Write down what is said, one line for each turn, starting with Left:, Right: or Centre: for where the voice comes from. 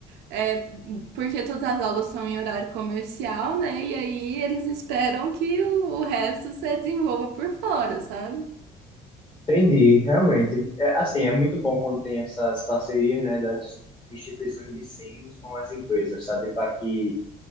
Right: é, porque todas as aulas são em horário comercial, né? E aí eles esperam que o, o resto você desenvolva por fora, sabe?
Left: Entendi, realmente. É, assim, é muito bom quando tem essas parcerias, né, das instituições de ensino com as empresas, sabe? Para que